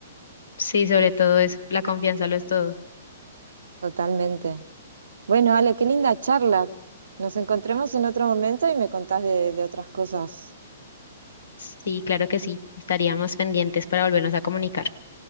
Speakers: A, on the left; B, on the right.
A: Sí, sobre todo es la confianza lo es todo.
B: totalmente. Bueno, Ale, qué linda charla. Nos encontremos en otro momento y me contás de, de otras cosas.
A: Sí, claro que sí. Estaríamos pendientes para volvernos a comunicar.